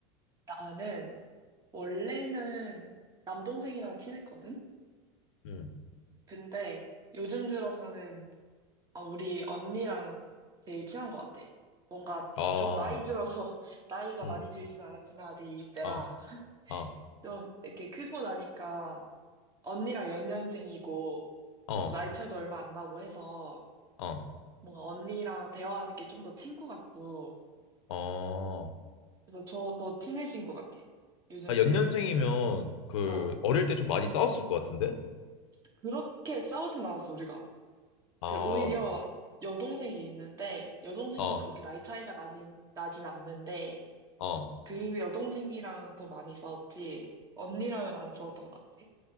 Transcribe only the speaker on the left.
음.
아,
음,
어, 어,
어,
어,
어.
아, 연년생이면 그
어릴 때 좀 많이 싸웠을 것 같은데?
아,
어,
어,
어.